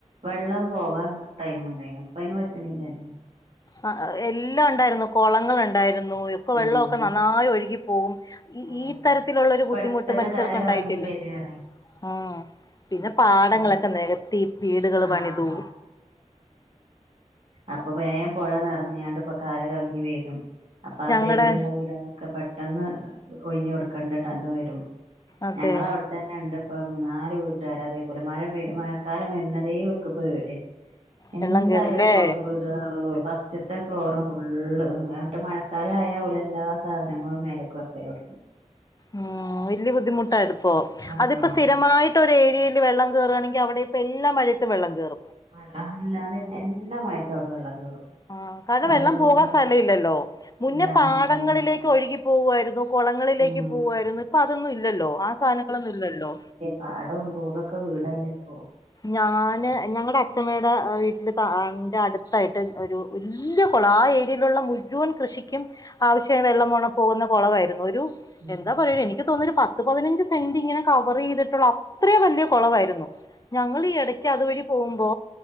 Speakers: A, on the right; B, on the left.
A: വെള്ളം പോകാൻ ടൈമുണ്ടായിനു ഇപ്പ അയിന് പറ്റ്ണില്ലല്ലോ <unintelligible>
B: ആഹ് എല്ലാം ഇണ്ടാരുന്നു കൊളങ്ങളുണ്ടാരുന്നു ഒക്കെ
A: ഉം
B: വെള്ളൊക്കെ നന്നായി ഒഴുകിപ്പോവും ഈ
A: ഉം
B: ഈത്തരത്തിലൊള്ളോരു ബുദ്ധിമുട്ട്
A: പെട്ടെന്ന്
B: മനുഷ്യർക്ക്
A: കര
B: ഒണ്ടായിട്ടില്ല
A: കവിഞ്ഞ് വരാണ്
B: ആഹ് പിന്നെ
A: ഉം
B: പാടങ്ങളൊക്കെ
A: മ
B: നെകത്തി വീടുകള്
A: ആഹ്
B: പണിതൂ
A: മ അപ്പോ വേ പൊഴ നിറഞ്ഞാണ്ട് പ കരകവിഞ്ഞു വരും അപ്പ ആ
B: ഞങ്ങടെ
A: സൈഡിലുള്ള വീടുകളൊക്കെ പെട്ടെന്ന് ഒഴിഞ്ഞുകൊടുക്കേണ്ടട്ട അത് വരും
B: അതെ
A: ഞങ്ങളവിടു തന്നെ ഇണ്ട് ഇപ്പോ മൂന്നാല് വീട്ടുകാര് അതേപോലെ മഴ പെയ മഴക്കാലം വര്ണതേ ഓല്ക്ക് പേടിയാ. എന്തായാലും
B: വെള്ളം കേറൂല്ലേ
A: ഒരു കൊലവ് <unintelligible> ഫസ്റ്റ്ത്തെ ഫ്ലോറ് ഫുള്ള് ന്നിട്ട് മഴക്കാലം ആയാ ഓല് എല്ലാ സാധനങ്ങളും മേലക്ക് വക്കാ ക്കലോടത്തും
B: ആ ഇതില് ബുദ്ധിമുട്ടായിത്പ്പോ
A: ആഹ്
B: അതിപ്പോ സ്ഥിരമായി ട്ടൊരേരിയയിൽ വെള്ളം കേറേണെങ്കി അവിടെ ഇപ്പ എല്ലാ മഴയത്തും വെള്ളം കേറും.
A: മഴ അല്ലാതെ എല്ലാ മഴയത്തും അവെടെ വെള്ളം കേറും.
B: ആ കാരണം
A: അവരെന്താ
B: വെള്ളം പോവാൻ സ്ഥല ഇല്ലല്ലോ മുന്നേ
A: ഇല്ല
B: പാടങ്ങളിലേക്ക്
A: ഉം
B: ഒഴുകി പോവുവായിരുന്നു. കൊളങ്ങളിലേക്ക്
A: ഉം
B: പൂവായിരുന്നു ഇപ്പൊ അതൊന്നും ഇല്ലോ ആ സാധനങ്ങളൊന്നും ഇല്ലല്ലോ.
A: പാടോം തോടൊക്കെ വീടല്ലേ ഇപ്പൊ.
B: ഞാന് ഞങ്ങടെ അച്മ്മേടെ വീട്ടിൻ്റെ ത അന്റെ അടുത്തായിട്ട് ഒരു വല്ല്യാകൊളം ആ ഏരിയയിലുള്ള മുഴുവൻ കൃഷിക്കും ആവശ്യായ വെള്ളം പോണ പോകുന്ന കൊളവായിരുന്നു ഒരു
A: ഉം
B: എന്താ പറയ എനിക്ക് തോന്ന ഒരു പത്ത് പതിനഞ്ച് സെൻ്റിങ്ങനെ കവർ ചെയ്തിട്ടുള്ള അത്രേംവല്ല്യ കൊളവായിരുന്നു. ഞങ്ങള് ഈ ഇടക്ക് അതുവഴി പോവുമ്പോ